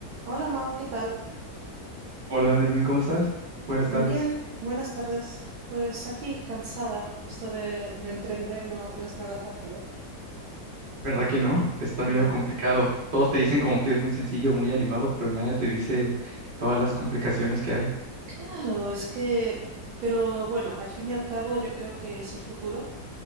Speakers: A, on the right; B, on the right.
A: Hola Mau, ¿qué tal?
B: Hola, Nermin, ¿cómo estás? Buenas
A: Bien,
B: tardes.
A: buenas tardes. Pues aquí, cansada. Esto de, de emprender no, no es nada fácil, ¿eh?
B: ¿Verdad que no? Está
A: No.
B: medio complicado. Todos te dicen como que es muy sencillo, muy animado, pero nadie te dice todas las complicaciones que hay.
A: Claro, es que, pero bueno, al fin y al cabo yo creo que es el futuro.